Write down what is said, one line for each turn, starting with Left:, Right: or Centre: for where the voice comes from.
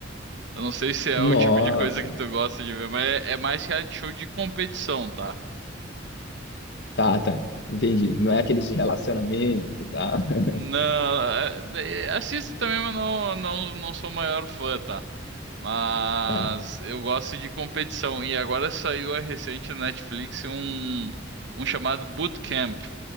Right: Eu não sei se é
Left: Nossa.
Right: o tipo de coisa que tu gosta de ver, mas é, é mais reality show de competição, tá?
Left: Tá, tá. Entendi. Não é aqueles de relacionamento, tá? <laughs>
Right: Não, é- é- assisto também, mas não, não, não sou o maior fã, tá? Mas
Left: Tá.
Right: eu gosto de competição. E agora saiu a recente na Netflix um, um chamado Bootcamp,